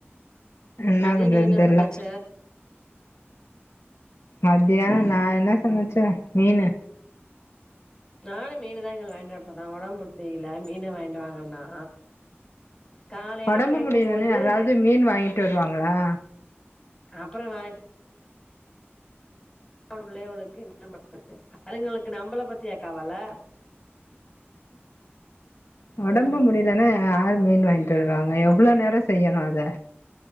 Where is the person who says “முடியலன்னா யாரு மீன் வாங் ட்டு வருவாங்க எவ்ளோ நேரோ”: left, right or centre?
Left